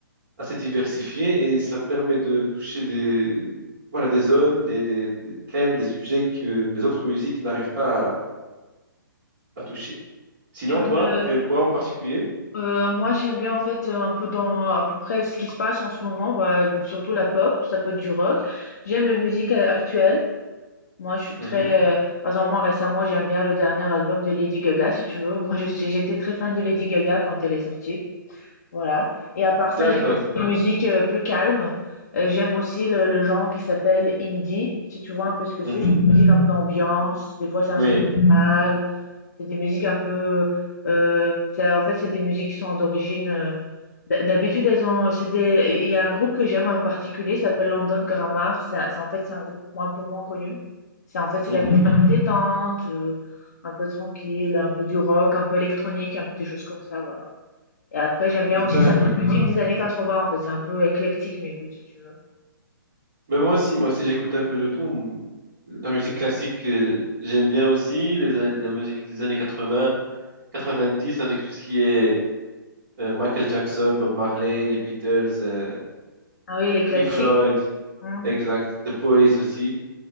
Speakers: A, on the right; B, on the left.
A: assez diversifiés et ça permet de toucher des, voilà, des zones, des, des- des thèmes, des sujets que les autres musiques n'arrivent pas à, à toucher. Sinon,
B: tu aimes
A: toi,
B: le...
A: tu aimes quoi en particulier?
B: euh, moi j'aime bien en fait euh, un peu dans à peu près ce qui se passe en ce moment, bah, surtout la pop, ça peut être du rock. J'aime la musique euh, actuelle. Moi je suis
A: Mhm.
B: très... euh, par exemple moi récemment j'aime bien le dernier album de Lady Gaga si tu veux. Moi je suis- j'étais très fan de Lady Gaga quand elle est sortie. Voilà. Et à part
A: D'accord.
B: ça j'aime aussi les musiques euh, plus calmes. Euh, j'aime aussi le, le genre qui s'appelle indie, si tu vois un peu ce que
A: Mhm.
B: c'est. C'est une musique un peu ambiance, des fois c'est instrumental.
A: Oui.
B: C'est des musiques un peu, heu, c'est en fait, c'est des musiques qui sont d'origine, heu, d'ha d'habitude elles ont c'est des il y a un groupe que j'aime en particulier, ça s'appelle London Grammar. C'est un c'est en fait, c'est un groupe un peu moins connu. C'est en fait, c'est
A: Mhm.
B: la musique un peu détente, heu, un peu tranquille, un peu du rock, un peu électronique, un peu des choses comme ça, voilà. Et après j'aime bien aussi
A: D'accord.
B: certaines musiques des années 80 en fait, c'est un peu éclectique mes goûts si tu veux.
A: Ben moi aussi, moi aussi, j'écoute un peu de tout. La musique classique, euh, j'aime bien aussi. Les a- la musique des années quatre-vingts, quatre-vingt-dix, avec tout ce qui est euh, Michael Jackson, Bob Marley, les Beatles, euh,
B: Ah oui, les classiques.
A: Pink Floyd,
B: Mmh.
A: exact, The Police aussi.